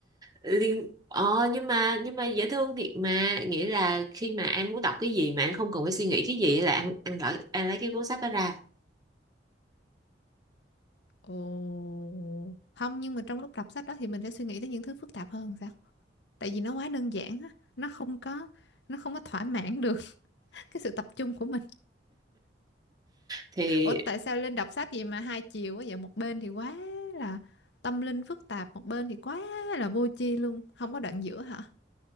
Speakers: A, on the right; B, on the left.
A: liên ờ nhưng mà nhưng mà dễ thương thiệt mà nghĩa là khi mà em muốn đọc cái gì mà em không cần phải suy nghĩ cái gì là ăn ăn lấy ăn lấy cái cuốn sách đó ra
B: ồ không nhưng mà trong lúc đọc sách đó thì mình sẽ suy nghĩ tới những thứ phức tạp hơn sao tại vì nó quá đơn giản á nó không có nó không có thỏa mãn được <laughs> cái sự tập trung của mình
A: thì
B: Ủa tại sao Linh đọc sách gì mà hai chiều quá vậy? Một bên thì quá là tâm linh phức tạp, một bên thì quá là vô tri luôn, không có đoạn giữa hả?